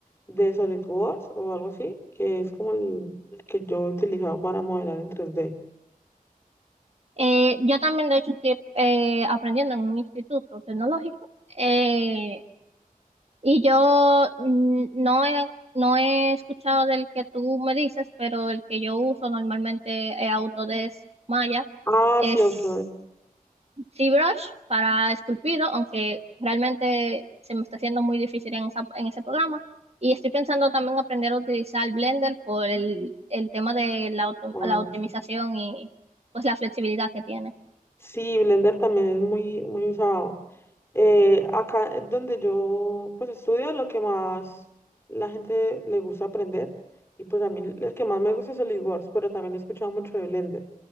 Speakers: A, on the left; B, on the right.
A: de SolidWorks o algo así, que es como el, el que yo he utilizado para modelar en tres d
B: Eh, yo también, de hecho, estoy eh, aprendiendo en un instituto tecnológico eh, y yo mm, no he, no he escuchado del que tú me dices, pero el que yo uso normalmente es Autodesk Maya.
A: Ah,
B: Es
A: sí, ok.
B: ZBrush para esculpido, aunque realmente se me está haciendo muy difícil en, esa- en ese programa. Y estoy pensando también aprender a utilizar Blender por el, el tema de la, auto-
A: Ah,
B: la optimización
A: sí.
B: y pues la flexibilidad que tiene.
A: Sí, Blender también es muy, muy usado. Eh, acá donde yo pues estudio, lo que más la gente le gusta aprender, y pues a mí el que más me gusta es SolidWorks, pero también he escuchado mucho de Blender.